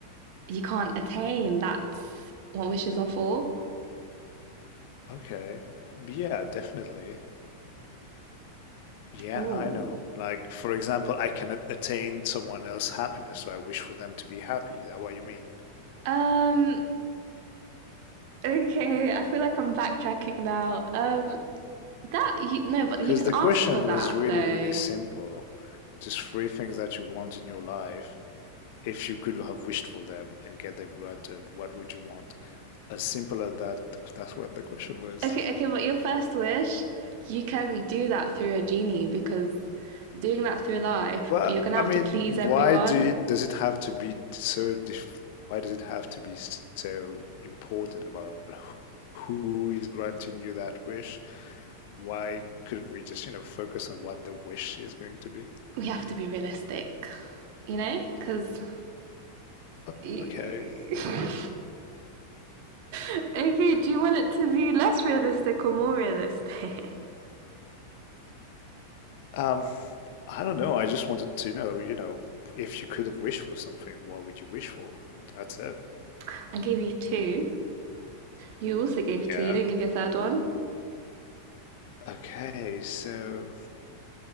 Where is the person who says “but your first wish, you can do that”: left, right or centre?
Right